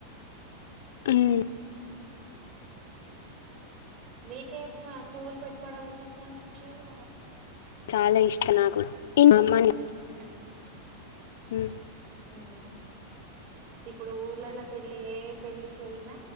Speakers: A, on the left; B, on the right.
A: ఉమ్
B: ఉమ్ మీకే ఏ పు పువ్వులు పెట్టుకోవడం ఇంటెస్ట్ అనిపిస్తది.
A: మల్లెలు ఇష్టం నాక్కూడా ఇన్ అమ్మని
B: ఉమ్
A: ఉమ్
B: ఉమ్ ఇప్పుడు ఊర్లలో పెళ్లి ఏ పెళ్లికి వెళ్ళినా